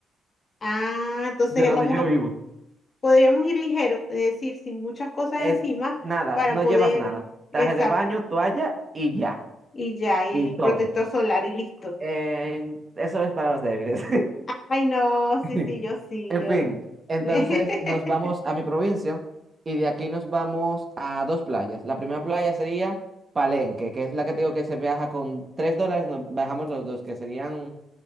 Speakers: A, on the left; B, on the right.
A: Ah, entonces
B: de donde
A: vamos
B: yo
A: a,
B: vivo.
A: podríamos ir ligero, es decir, sin muchas cosas
B: Es
A: encima
B: nada,
A: para
B: no
A: poder,
B: llevas nada. Traje
A: exacto,
B: de baño, toalla y ya.
A: y ya, y
B: Y todo.
A: protector solar y listo.
B: En- eso es para los débiles.
A: Ay, no,
B: <laughs>
A: sí, sí, yo sí,
B: En
A: yo.
B: fin, entonces
A: <laughs>
B: nos vamos a mi provincia y de aquí nos vamos a dos playas. La primera playa sería Palenque, que es la que te digo que se viaja con 3 dólares, nos bajamos los dos, que serían